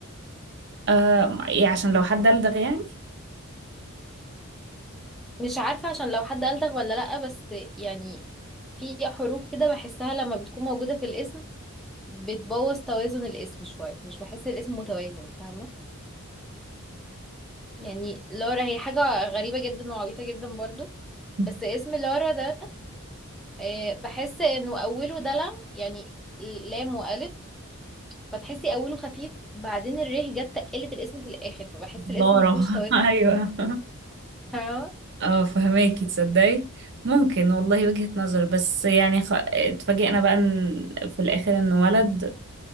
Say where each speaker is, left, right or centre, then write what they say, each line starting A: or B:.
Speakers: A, on the right (about 50°); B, in the centre.
A: آه إيه عشان لو حد دلدغ يعني
B: مش عارفة عشان لو حد قالتك ولا لأ بس يعني في حروف كده بحسها لما بتكون موجودة في الاسم بتبوظ توازن الاسم شوية مش بحس الاسم متوازن فاهمة يعني لورا هي حاجة غريبة جدا وعبيطة جدا برضو
A: <laughs>
B: بس اسم لورا ده آه، بحس انه اوله دلع يعني لام والف فتحسي اوله خفيف بعدين الره جت تقلت الاسم في الاخر فبحس الاسم
A: لارا
B: مفهوش
A: <laughs> ايوه
B: توازن
A: اه فهماكي تصدقي ممكن والله وجهة نظر بس يعني خ... اتفاجئنا بقى ان في الاخر انه ولد